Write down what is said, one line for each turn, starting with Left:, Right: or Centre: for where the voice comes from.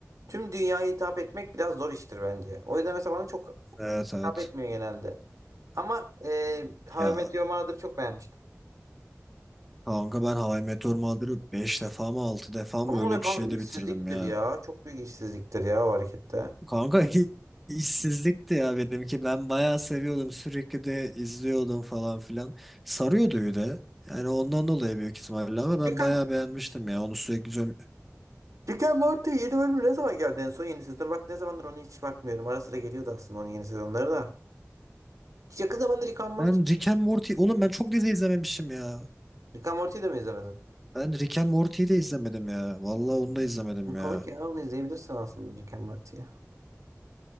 Right: tüm dünyaya hitap etmek biraz zor iştir bence. O yüzden mesela bana çok
Centre: evet evet.
Right: hitap etmiyor genelde. Ama eee How
Centre: Ya
Right: I Met Your Mother'ı çok beğenmiştim.
Centre: kanka ben How I Met Your Mother'ı 5 defa mı 6 defa mı
Right: Ama
Centre: öyle
Right: o da kanka
Centre: bir şeyde
Right: işsizliktir
Centre: bitirdim ya.
Right: ya. Çok büyük işsizliktir ya o harekette.
Centre: Kanka <laughs> işsizlikti ya benimki. Ben bayağı seviyordum. Sürekli de izliyordum falan filan. Sarıyordu bir de. Yani ondan dolayı büyük ihtimalle ama ben
Right: Peki
Centre: bayağı beğenmiştim ya. Onu sürekli izliyorum.
Right: Rick and Morty yeni bölümü ne zaman geldi en son yeni sezon? Bak ne zamandır ona hiç bakmıyorum. Ara sıra geliyordu aslında onun yeni sezonları da. Hiç yakın zamanda Rick and Morty.
Centre: Ben Rick and Morty... Oğlum ben çok dizi izlememişim ya.
Right: Rick and Morty'yi de mi izlemedin?
Centre: Ben Rick and Morty'yi de izlemedim ya. Vallahi onu da izlemedim
Right: Onu komik
Centre: ya.
Right: ya onu izleyebilirsin aslında Rick and Morty'yi.